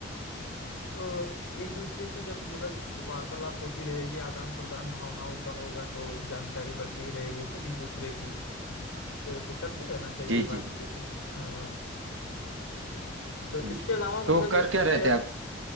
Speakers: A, on the left (about 80°); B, on the right (about 70°).
A: और एक दूसरे से जब मतलब वार्तालाप होती रहेगी आदान प्रदान भावनाओं का होगा तो जानकारी बढ़ती ही रहेगी एक दूसरे की तो ऐसे करते रहना चाहिए
B: जी
A: बातचीत
B: जी
A: हाँ तो
B: हम्म
A: इसके अलावा मतलब
B: तो कर
A: जैसे
B: क्या
A: शेयर
B: रहे थे आप